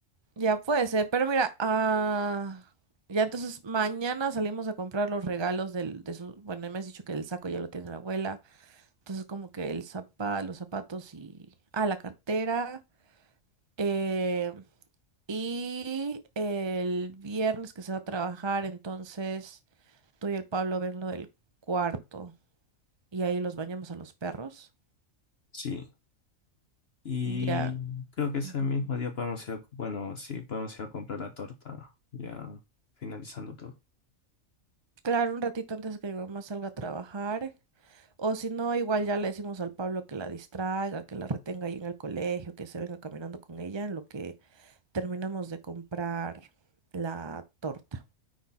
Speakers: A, on the right; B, on the left.
A: Ya puede ser, pero mira, ah, ya entonces mañana salimos a comprar los regalos del, de su, bueno, me has dicho que el saco ya lo tiene la abuela, entonces como que el zapa, los zapatos y, ah, la cartera, eh, y el viernes que se va a trabajar, entonces tú y el Pablo ven lo del cuarto y ahí los bañamos a los perros,
B: Sí. Y
A: ya,
B: creo que ese
A: ujú.
B: mismo día podemos ir a, bueno, sí, podemos ir a comprar la torta, ya finalizando todo.
A: Claro, un ratito antes de que mi mamá salga a trabajar. O si no, igual ya le decimos al Pablo que la distraiga, que la retenga ahí en el colegio, que se venga caminando con ella en lo que terminamos de comprar la torta.